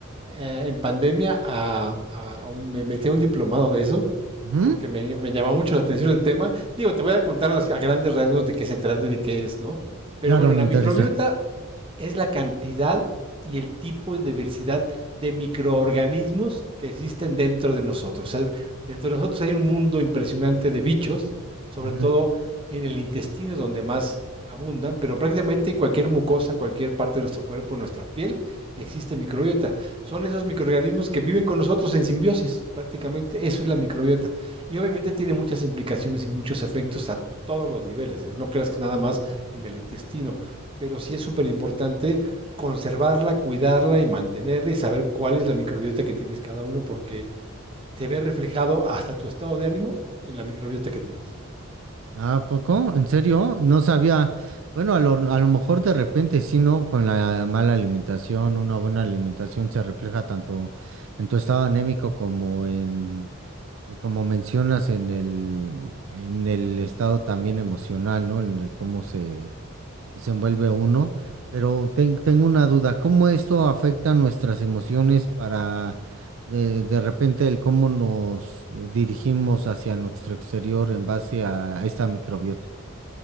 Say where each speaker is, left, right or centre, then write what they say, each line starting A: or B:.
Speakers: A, on the right (about 25°); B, on the right (about 70°).
A: eh, en pandemia a, a- a un- me metí a un diplomado de eso
B: Ujú,
A: porque me, me llamaba mucho la atención el tema. Digo, te voy a contar las, a grandes rasgos de qué se trata y de qué es, ¿no? Pero
B: Claro,
A: bueno,
B: me
A: la
B: interesa.
A: microbiota es la cantidad y el tipo de diversidad de microorganismos que existen dentro de nosotros. O sea, dentro de nosotros hay un mundo impresionante de bichos, sobre
B: Ujú.
A: todo en el intestino es donde más abundan, pero prácticamente en cualquier mucosa, cualquier parte de nuestro cuerpo, en nuestra piel, existe microbiota. Son esos microorganismos que viven con nosotros en simbiosis, prácticamente eso es la microbiota. Y obviamente tiene muchas implicaciones y muchos efectos a todos los niveles, ¿eh? no creas que nada más en el intestino pero sí es súper importante conservarla, cuidarla y mantenerla y saber cuál es la microbiota que tienes cada uno, porque te ve reflejado hasta tu estado de ánimo en la microbiota que tienes.
B: ¿Ah, ¿a poco? ¿En serio? No sabía. Bueno, a lo, a lo mejor de repente sí, ¿no? Con la mala alimentación, una buena alimentación se refleja tanto en tu estado anémico como en Y como mencionas en el, en el estado también emocional, ¿no? En el cómo se desenvuelve uno. Pero ten- tengo una duda, ¿cómo esto afecta nuestras emociones para de, de repente el cómo nos eh, dirigimos hacia nuestro exterior en base a esta microbiota?